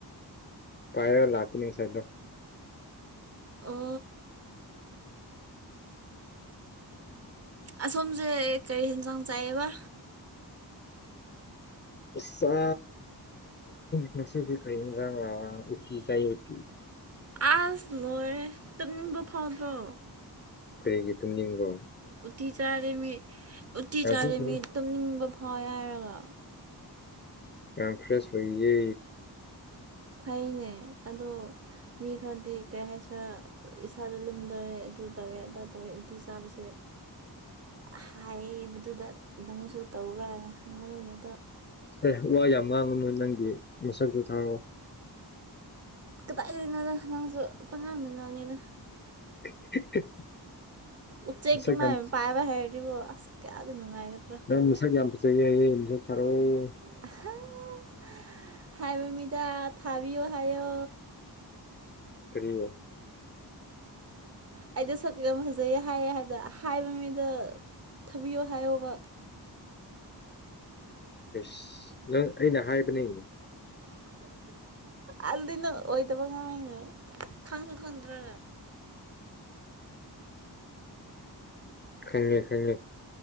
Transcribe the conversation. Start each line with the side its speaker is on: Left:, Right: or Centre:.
Left: ꯄꯥꯏꯔꯒ ꯂꯄꯤ ꯁꯥꯏꯗꯣ
Right: ꯑꯣ ꯑꯁꯣꯝꯁꯦ ꯀꯔꯤ ꯌꯦꯦꯟꯁꯥꯡ ꯆꯥꯏꯑꯕ
Left: ꯆꯁ ꯉꯁꯁꯤ ꯀꯔꯤꯖ ꯎꯇꯤ ꯆꯏ ꯎꯇ
Right: ꯑꯁ ꯂꯣꯏꯔꯦ ꯇꯨꯝꯅꯤꯡꯕ ꯐꯥꯎꯗ꯭ꯔꯣ
Left: ꯑꯩꯈꯣꯏꯒꯤ ꯇꯨꯝꯅꯤꯡꯕꯣ
Right: ꯎꯇꯤ ꯆꯥꯔꯦꯃꯤ ꯎꯇꯤ
Left: ꯑꯣꯏꯌꯦ
Right: ꯆꯥꯔꯦ ꯃꯤ ꯇꯨꯝꯅꯤꯡꯕ ꯐꯥꯎ ꯍꯥꯏꯔꯒ
Left: ꯌꯥꯝꯌꯥꯝ ꯐ꯭ꯔꯦꯁ ꯍꯌꯦ
Right: ꯐꯩꯅꯦ ꯑꯗꯣ ꯃꯤ ꯈꯔꯗꯤ ꯀꯔꯤ ꯍꯥꯏꯁꯤꯔ ꯏꯁꯥꯗ ꯂꯨꯝꯗꯔꯦ ꯑꯗꯨ ꯇꯧꯋꯦ ꯑꯗꯥ ꯇꯧꯋꯦ ꯎꯇꯤ ꯆꯥꯕꯁꯦ
Left: <inaudible>
Right: ꯍꯥꯏꯕꯗꯨꯗ ꯅꯪꯁꯨ ꯇꯧꯔꯅꯦ ꯍꯪꯕꯅꯤꯅꯗꯣ
Left: ꯑꯦꯦ ꯋꯥ ꯌꯥꯝ ꯉꯥꯡꯕꯅꯤ ꯅꯪꯒꯤ ꯃꯁꯛꯇꯨ ꯊꯥꯔꯛꯑꯣ
Right: ꯀꯗꯥꯏꯗꯒꯤꯅꯣꯗ ꯅꯪꯁꯨ ꯄꯪꯉꯥꯡꯗ ꯉꯥꯡꯉꯦꯗ
Left: <inaudible>
Right: ꯎ ꯎꯆꯦꯛ
Left: ꯃꯁꯛ
Right: ꯇ ꯃꯥ
Left: ꯌꯥꯝ
Right: ꯄꯥꯏꯕ ꯍꯦꯗꯤꯣ ꯑꯁꯀꯥꯗ ꯅꯨꯡꯉꯥꯏꯒ
Left: ꯅꯪ ꯃꯁꯛ ꯌꯥꯝ ꯐꯖꯩ ꯍꯥꯏꯌꯦ ꯃꯁꯛ ꯊꯥꯔꯛꯑꯣ
Right: <unintelligible> ꯍꯥꯏꯕꯃꯤꯗꯥ ꯊꯥꯕꯤꯌꯣ ꯍꯥꯏꯌꯣ
Left: ꯀꯩꯅ
Right: ꯑꯩꯗꯣ ꯁꯛ ꯌꯥꯝ ꯐꯖꯩꯌꯦ ꯍꯥꯏꯌꯦ ꯍꯥꯏꯕ ꯍꯥꯏꯕ ꯃꯤꯗ ꯊꯥꯕꯤꯌꯣ ꯍꯥꯏꯌꯒ
Left: ꯁ ꯅꯪ ꯑꯩꯅ ꯍꯥꯏꯕꯅꯤ
Right: ꯑꯗꯨꯗꯤꯅ ꯑꯣꯏꯗꯕ ꯉꯥꯡꯅ ꯈꯪꯁꯨ ꯈꯪꯗ꯭ꯔ
Left: ꯈꯪꯉꯦ ꯈꯪꯉꯦ